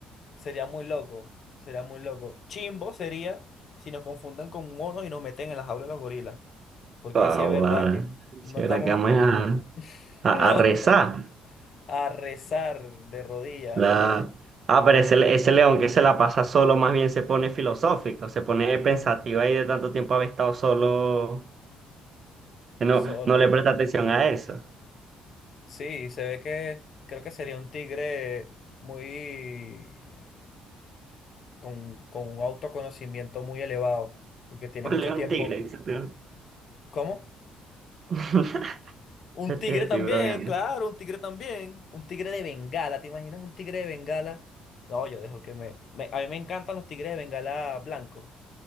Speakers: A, on the left; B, on the right.
A: Sería muy loco, sería muy loco. Chimbo sería si nos confundan con monos y nos meten en las aulas de los gorilas. Porque
B: Ahora,
A: ahí sí es verdad que no
B: si
A: estamos
B: ahora que vamos
A: a...
B: a,
A: <laughs>
B: a,
A: No,
B: a rezar.
A: a rezar de rodillas
B: La... Ah, pero ese, le- ese león que se la pasa solo más bien se pone filosófico, se pone pensativo ahí de tanto tiempo haber estado solo, que no,
A: solo.
B: no le presta atención a eso.
A: Sí, se ve que creo que sería un tigre muy... con, con un autoconocimiento muy elevado. Porque tiene
B: Un
A: mucho
B: león
A: tiempo.
B: tigre, dice tú.
A: ¿Cómo?
B: <laughs>
A: Un
B: Estoy
A: tigre
B: estoy
A: también,
B: bromeando.
A: claro, un tigre también. Un tigre de Bengala, ¿te imaginas un tigre de Bengala? No, yo dejo que me... me- a mí me encantan los tigres de Bengala blancos.